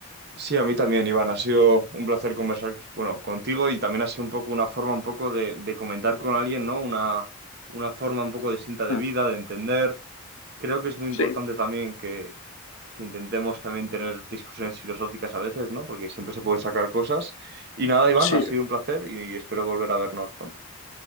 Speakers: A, on the right; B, on the left.
A: Sí, a mí también, Iván. Ha sido un placer conversar, bueno, contigo y también ha sido un poco una forma un poco de, de comentar con alguien, ¿no? Una, una forma un poco distinta de
B: Mm.
A: vida, de entender. Creo que es muy importante
B: Sí,
A: también que, que intentemos también tener discusiones filosóficas a veces, ¿no? Porque siempre se pueden sacar cosas. Y nada, Iván,
B: sí.
A: ha sido un placer y espero volver a vernos pronto.